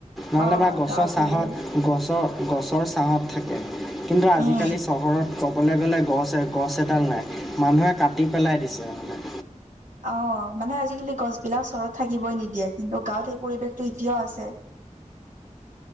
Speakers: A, in the centre; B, on the right (about 85°).
A: নহ'লে
B: অ',
A: বা গছৰ
B: গাঁৱৰ পৰিৱেশ
A: চাহত গছৰ গছৰ ছাঁহত থাকে কিন্তু আজিকালি
B: উম।
A: চহৰত ক'বলৈ গ'লে গছ গছ এডাল নাই মানুহে কাটি পেলাই দিছে মানে।
B: অ মানে আজিকালি গছবিলাক চহৰত থাকিবই নিদিয়ে কিন্তু গাঁৱত সেই পৰিৱেশটো এতিয়াও আছে।